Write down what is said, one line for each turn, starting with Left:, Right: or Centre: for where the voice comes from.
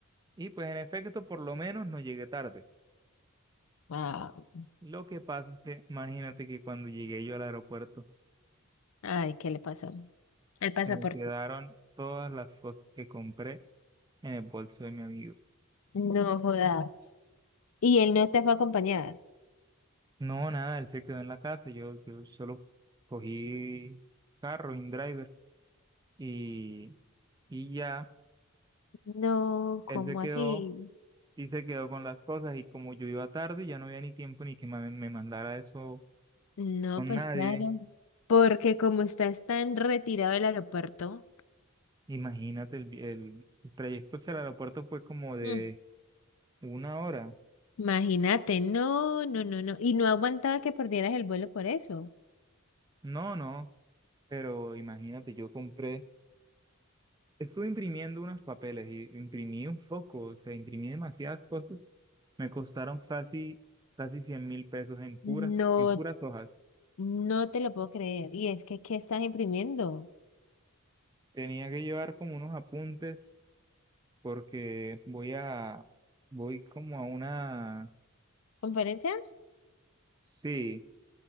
Right: Y pues en efecto, por lo menos no llegué tarde.
Left: Wow.
Right: Lo que pasa es que imagínate que cuando llegué yo al aeropuerto,
Left: Ay, ¿qué le pasó? El
Right: se
Left: pasaporte.
Right: me quedaron todas las fotos que compré en el bolso de mi amigo.
Left: No jodas. ¿Y él no te fue a acompañar?
Right: No, nada, él se quedó en la casa, yo, yo solo cogí carro, InDriver, y, y ya,
Left: No, ¿cómo
Right: él se quedó
Left: así?
Right: y se quedó con las cosas y como yo iba tarde, ya no había ni tiempo ni que ma- me mandara eso
Left: No,
Right: con
Left: pues
Right: nadie.
Left: claro, porque como estás tan retirado del aeropuerto,
Right: Imagínate, el, vi- el el trayecto hacia el aeropuerto fue como de
Left: mm,
Right: una hora.
Left: imagínate, no, no, no, no, y no aguantaba que perdieras el vuelo por eso.
Right: No, no, pero imagínate, yo compré, estuve imprimiendo unos papeles y imprimí un foco, o sea, imprimí demasiadas fotos, me costaron casi, casi cien mil pesos en puras,
Left: No,
Right: en puras hojas.
Left: no te lo puedo creer. Y es que, ¿qué estás imprimiendo?
Right: Tenía que llevar como unos apuntes porque voy a, voy como a una,
Left: ¿Conferencia?
Right: sí,